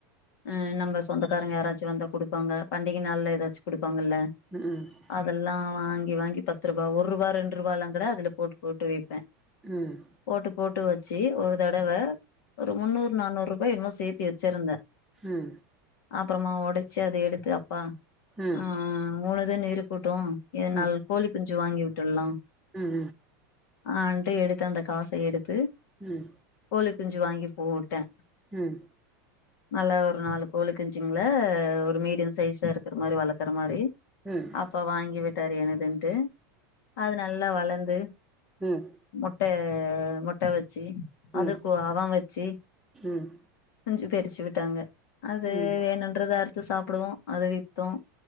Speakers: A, on the left; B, in the centre.
A: அ நம்ம சொந்தக்காரங்க யாராச்சு வந்தா குடுப்பாங்க பண்டிக நாள்ல எதாச்சு குடுப்பாங்கல்ல
B: ம்
A: அதெல்லா வாங்கி வாங்கி பத்துருபா ஒருவா ரெண்ருவால்லாங் கூட அதுல போட்டு போட்டு வைப்பே
B: ம்
A: போட்டு போட்டு வெச்சி ஒரு தடவ ஒரு முன்னூறு நானூருபா என்னமோ சேத்தி வெச்சிருந்தே
B: ம்
A: அப்பறமா ஒடச்சி அத எடுத் க்கு அப்பா
B: ம்
A: ஆ
B: ம்
A: மூணுதுன் இருக்கட்டு இது
B: ம்
A: நாலு கோழி குஞ்சு வாங்கி விட்ற்லா
B: ம் ம் ம்
A: ஆன்டு எடுத்து அந்த காச எடுத்து
B: ம்
A: கோழி குஞ்சு வாங்கி போட்டே
B: ம்
A: நல்லா ஒரு நாலு கோழிக்குஞ்சிங்கள ஒரு மீடியம் சைஸா இருக்கிற மாரி வளக்குற மாரி
B: ம்
A: அப்பா வாங்கி விட்டாரு என்னுதுன்ட்டு அது நல்லா வளந்து
B: ம்
A: முட்ட முட்ட வெச்சி
B: ம்
A: குவாவ வெச்சு
B: ம்
A: குஞ்சு பெரிச்சி விட்டாங்க அது
B: ம்
A: வேணுன்றத அறுத்து சாப்படுவோ அது வித்தோ